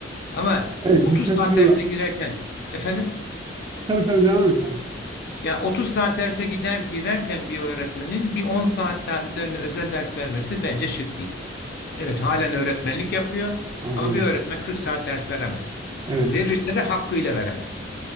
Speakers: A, on the left; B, on the right.
A: Ama
B: Evet
A: 30
B: birkaç
A: saat
B: üniversite.
A: derse girerken efendim
B: Tabii tabii devam et abi.
A: ya 30 saat derse gider girerken bir öğretmenin bir 10 saat daha üzerine özel ders vermesi bence şık değil. Evet halen öğretmenlik yapıyor
B: Anladım.
A: ama bir öğretmen 40 saat ders veremez.
B: Evet.
A: Verirse de hakkıyla veremez.